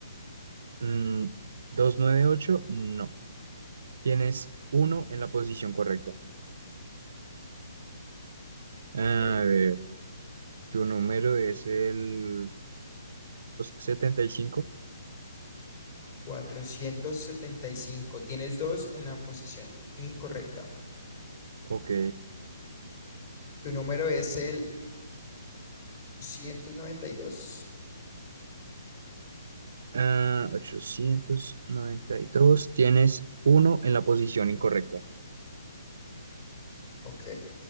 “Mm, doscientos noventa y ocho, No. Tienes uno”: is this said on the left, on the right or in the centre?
Right